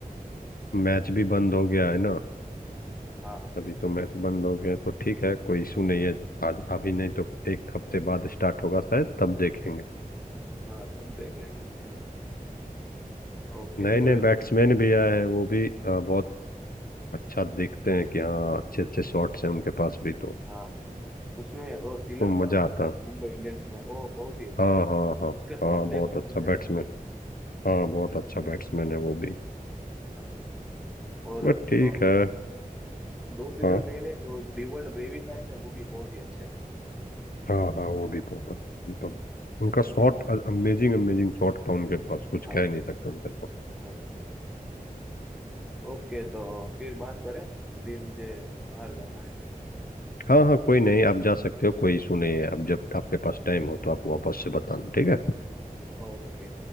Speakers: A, on the left; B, in the centre.
A: मैच भी बंद हो गया है ना
B: हाँ
A: अभी तो मैच बंद हो गया है, तो ठीक है कोई इशू नहीं है आज अभी नहीं तो एक हफ्ते बाद स्टार्ट होगा शायद तब देखेंगे
B: हाँ तो अब देख लेंगे <laughs> ओके
A: नए
B: बोलो
A: नए बैट्समैन भी आए हैं वो भी अ, बहुत अच्छा दिखते हैं कि हाँ अच्छे अच्छे शॉट्स हैं उनके पास भी तो,
B: हाँ उसमें वो तिलक
A: तो
B: वर्मा
A: मजा आता
B: है ना
A: है
B: मुंबई इंडियंस में वो बहुत ही अच्छा
A: हाँ
B: है
A: हाँ हाँ
B: उसके शॉट
A: हाँ
B: देखने
A: बहुत
B: में
A: अच्छा
B: मजा
A: बैट्समैन
B: आता है
A: हाँ बहुत अच्छा बैट्समैन है वो भी
B: हाँ और
A: बट ठीक
B: अ,
A: है
B: दो सीजन
A: हाँ
B: पहले वो दी वर्ल्ड ब्रेवी आए थे वो भी बहुत ही अच्छे थे
A: हाँ हाँ वो भी बहुत अच्छा मतलब उनका शॉट अमेजिंग अमेजिंग शॉट था उनके पास कुछ
B: हाँ
A: कह नहीं सकते उनके पास
B: हाँ हाँ ओके तो फिर बात करें अभी मुझे बाहर जाना है तो
A: हाँ हाँ कोई नहीं आप जा सकते हो कोई इशू नहीं है आप जब आपके पास टाइम हो तो आप वापस से बताना ठीक है
B: ओके